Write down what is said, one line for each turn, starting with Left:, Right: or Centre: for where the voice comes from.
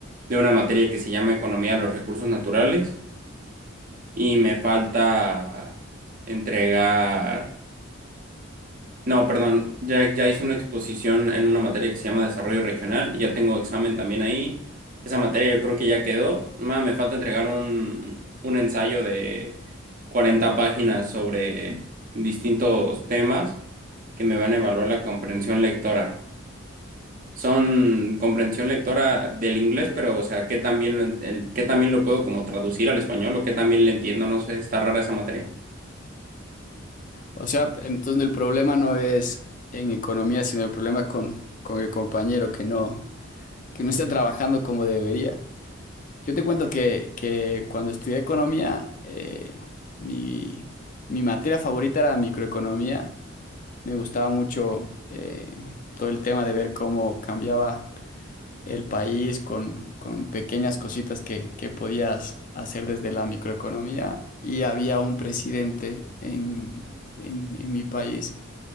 Right: de una materia que se llama Economía de los Recursos Naturales y me falta entregar... No, perdón, ya, ya hice una exposición en una materia que se llama Desarrollo Regional, ya tengo examen también ahí. Esa materia yo creo que ya quedó. Ma, me falta entregar un, un ensayo de 40 páginas sobre distintos temas que me van a evaluar la comprensión lectora. Son comprensión lectora del inglés, pero o sea, ¿qué también lo, en- el- qué también lo puedo como traducir al español o qué también le entiendo? No sé, está rara esa materia.
Left: O sea, entonces el problema no es en economía, sino el problema es con, con el compañero que no, que no está trabajando como debería. Yo te cuento que, que cuando estudié economía, eh, mi, mi materia favorita era microeconomía. Me gustaba mucho eh, todo el tema de ver cómo cambiaba el país con, con pequeñas cositas que, que podías hacer desde la microeconomía. Y había un presidente en, en en mi país